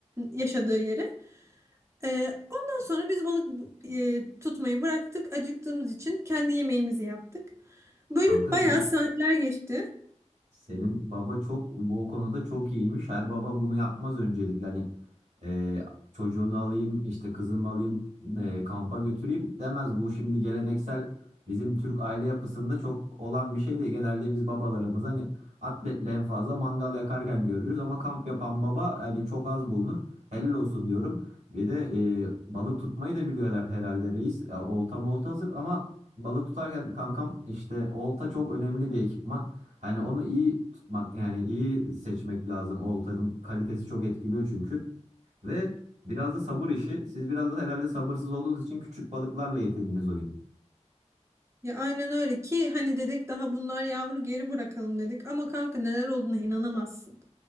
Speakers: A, on the right (about 25°); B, on the right (about 75°).
A: yaşadığı yere. Ee, ondan sonra biz balık e, tutmayı bıraktık. Acıktığımız için kendi yemeğimizi yaptık. Böyle
B: Kanka
A: bayağı
B: senin
A: saatler geçti.
B: Senin baba çok bu konuda çok iyiymiş. Her baba bunu yapmaz öncelikle. Hani e, çocuğunu alayım, işte kızımı alayım, e, kampa götüreyim demez. Bu şimdi geleneksel bizim Türk aile yapısında çok olan bir şey değil. Genelde biz babalarımız hani atletle en fazla mangal yakarken görürüz ama kamp yapan baba hani çok az bulunur. Helal olsun diyorum. Bir de e, balık tutmayı da biliyorlar herhalde reis. Ya, olta molta hazır ama balık tutarken kankam işte olta çok önemli bir ekipman. Hani onu iyi tutmak yani iyi seçmek lazım. Oltanın kalitesi çok etkiliyor çünkü. Ve biraz da sabır işi. Siz biraz da herhalde sabırsız olduğunuz için küçük balıklarla yetindiniz o gün.
A: Ya aynen öyle ki hani dedik daha bunlar yavru geri bırakalım dedik. Ama kanka neler olduğuna inanamazsın.